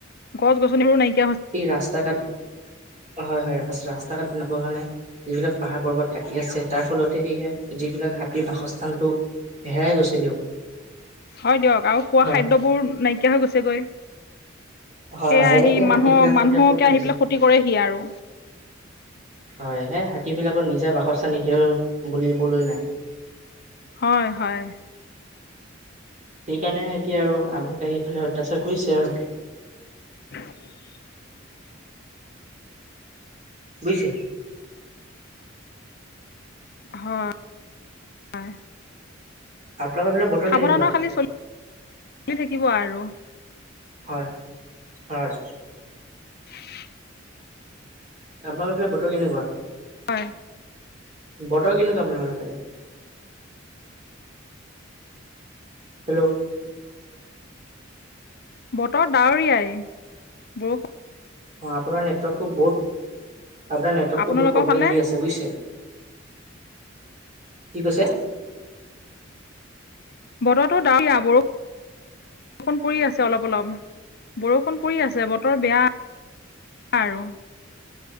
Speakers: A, on the left (about 50°); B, on the right (about 35°).
A: গছ গছনিবোৰো নাইকি।
B: এই ৰাস্তা ঘাট হয় হয় ৰাস ৰাস্তা। তাকাত বনাবৰ কাৰণে যিবিলাক পাহাৰ পৰ্বত কাটি আছে তাৰ ফলতে এইয়ে যিবিলাক হাতীৰ বাসস্থানটো। হেৰাই গৈছে দিয়ক।
A: হয় দিয়ক আৰু খোৱা
B: হয়
A: খাদ্যবোৰ নাইকিয়া হৈ গৈছেগৈ।
B: হয়
A: সেইয়া
B: হয়
A: আহি
B: এতিয়া হাতীবিলাকৰ
A: মানুহ মানুহকে
B: এতিয়া ক'ত থাকিব
A: আহি পেলাই ক্ষতি কৰেহি আৰু।
B: হয় সেই হাতী বিলাকৰ নিজা বাসস্থানে বুলিবলৈ নাই।
A: হয় হয়
B: সেইকাৰণে এতিয়া আৰু আমাক আহি ইফালে অত্যাচাৰ কৰিছে আৰু।
A: <inaudible>
B: বুজিছে।
A: হয়, হয়।
B: আপোনালোকৰ ফালে বতৰ
A: সাৱধানত
B: কেনেকুৱা?
A: খালি চলি চলি থাকিব আৰু।
B: হয়, হয়।
A: <inaudible>
B: আপোনালোকৰ বতৰ কেনেকুৱা?
A: হয়।
B: বতৰ কেনেকোৱা আপোনালোকৰ ফালে? হেল্ল'
A: বতৰ ডাৱৰীয়াই বৰষুণ।
B: অ'আপোনাৰ নেটৱৰ্কটো বহুত আপোনাৰ নেটৱৰ্কটো
A: আপোনালোকৰ
B: বহুত প্ৰব্লেম
A: ফালে
B: দি আছে বুইছে। কি কৈছে?
A: বতৰতো ডাৱৰীয়া বৰষুণ। বৰষুণ পৰি আছে অলপ অলপ বৰষুণ পৰি আছে বতৰ বেয়া। আৰু।